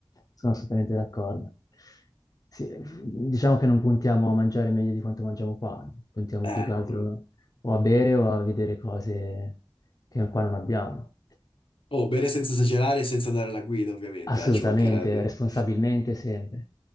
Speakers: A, on the left; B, on the left.
A: sono assolutamente d'accordo. Sì, diciamo che non puntiamo a mangiare meglio di quanto mangiamo qua, puntiamo
B: Eh
A: più che
B: no.
A: altro
B: no, no.
A: o a bere o a vedere cose che qua non abbiamo.
B: Oh, bere senza esagerare e senza andare alla guida, ovviamente,
A: Assolutamente,
B: eh, ci mancherebbe.
A: responsabilmente sempre.